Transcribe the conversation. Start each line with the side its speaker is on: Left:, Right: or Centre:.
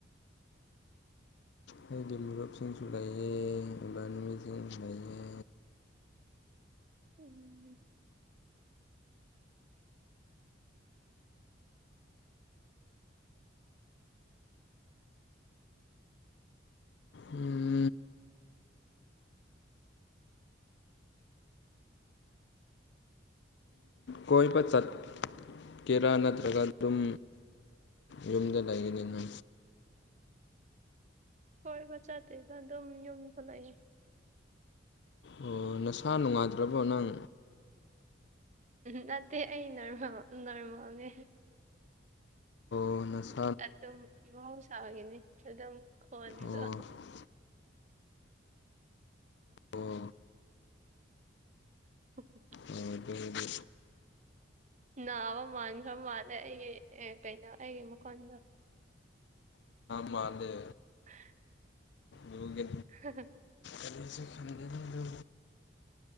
Left: ꯑꯩꯒꯤ ꯃꯨꯔꯨꯞꯁꯤꯡꯁꯨ ꯂꯩꯌꯦ ꯏꯃꯥꯅꯕꯤꯁꯤꯡꯁꯨ ꯂꯩꯌꯦ
Right: ꯎꯨꯝ
Left: ꯎꯝ ꯀꯣꯏꯕ ꯆꯠꯀꯦꯔꯥ ꯅꯠꯇ꯭ꯔꯒ ꯑꯗꯨꯝ ꯌꯨꯝꯗ ꯂꯩꯒꯅꯤꯅꯦ
Right: ꯀꯣꯏꯕ ꯆꯠꯇꯦꯗ ꯑꯗꯨꯝ ꯌꯨꯝ ꯊꯣꯛꯂꯛꯏ
Left: ꯑꯣ ꯅꯁꯥ ꯅꯨꯡꯉꯥꯗ꯭ꯔꯕꯣ ꯅꯪ
Right: ꯅꯠꯇꯦ ꯑꯩ ꯅꯃ ꯅꯔꯃꯅꯦ
Left: ꯕꯣꯅꯁ
Right: ꯑꯗꯨꯝ ꯃꯍꯧꯁꯥꯒꯤꯅꯤ ꯑꯗꯨꯝ ꯈꯣꯟꯗꯣ
Left: ꯑꯣ ꯑꯣ ꯑꯣ
Right: ꯎ
Left: ꯑꯣ ꯑꯗꯨ ꯑꯗꯨ
Right: ꯅꯥꯕ ꯃꯥꯟꯈ꯭ꯔ ꯃꯥꯜꯂꯦ ꯑꯩꯒꯤ ꯀꯩꯅꯣ ꯑꯩꯒꯤ ꯃꯈꯣꯟꯗꯣ
Left: ꯃꯥꯗ
Right: ꯍ <unintelligible>
Left: ꯑꯗꯨꯒꯤ
Right: ꯍ-ꯍ
Left: ꯀꯁꯨ ꯈꯟꯗꯅ ꯂ